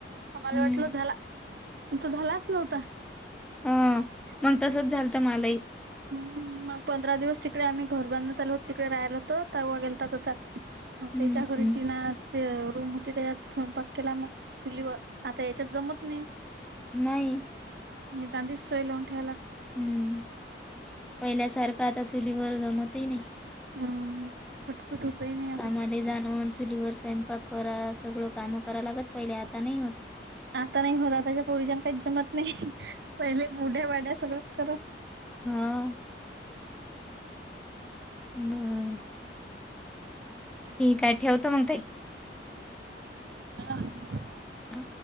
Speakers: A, on the right; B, in the centre.
A: आ मला
B: हं.
A: वाटलं झाला तो झालाच नव्हता
B: ह मग तसच झालं तर मलाही
A: हम् मग पंधरा दिवस तिकडे आम्ही घर बांध चालोत तिकडे राहियलं होत ता गेलता तसा
B: हं.
A: त्याच्या घरी
B: हं.
A: टिना. जे रूम होते त्याच्यात स्वयंपाक केला मग चुलीवर आता याच्यात जमत नाही.
B: नाही
A: नि दां दिच सोलावंठेयला
B: हम्म पहिल्यासारखं आता चुलीवर जमवतही नाही
A: हम फटफट होतय नाही
B: कामाले जाणून चुलीवर स्वयंपाक करा सगळं काम कराव लागत पहिले आता नाही होत.
A: आता नाही होत आताच्या पोरुषांना काहीच जमत नाही पहिले बुढ्या वाड्या सगळंच करत
B: हा बरं ठीक आहे ठेवतो मग त
A: ह
B: हां.